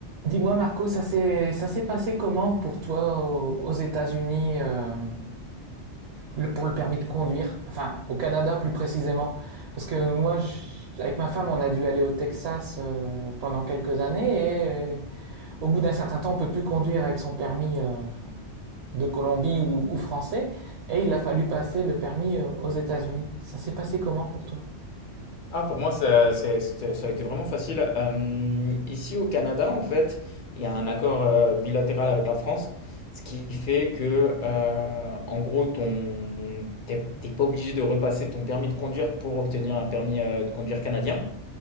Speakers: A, on the right; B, on the left.
A: Dis-moi Marco, ça s'est ça s'est passé comment pour toi au- aux, États-Unis euh, le- pour le permis de conduire, enfin au Canada plus précisément, parce que moi j- avec ma femme on a dû aller au Texas euh, pendant quelques années et euh, au bout d'un certain temps on peut plus conduire avec son permis euh, de Colombie ou, ou français et il a fallu passer le permis euh, aux États-Unis. Ça s'est passé comment pour toi?
B: Ah, pour moi, ça, c'est- c'était- ça a été vraiment facile. Euh, ici au Canada, en fait, il y a un accord euh, bilatéral avec la France, ce qui fait que, euh, en gros, ton, t'es t'es pas obligé de repasser ton permis de conduire pour obtenir un permis euh, de conduire canadien.